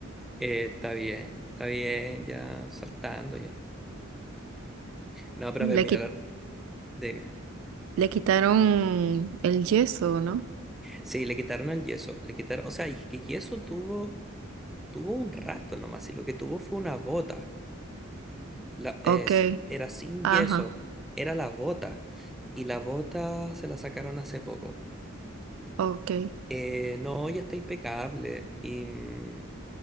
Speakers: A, in the centre; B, on the right (about 80°).
A: Eh, está bien, está bien, ya saltando ya. No, pero
B: Le,
A: a ver, mira,
B: qui-
A: la- dime.
B: le quitaron el yeso, ¿no?
A: Sí, le quitaron el yeso, le quitaron, o sea, y que yeso tuvo, tuvo un rato nomás, y lo que tuvo fue una bota. La, es,
B: Ok,
A: era sin
B: ajá,
A: yeso, era la bota. Y la bota se la sacaron hace poco.
B: ok.
A: Eh, no, ya está impecable. Y mm,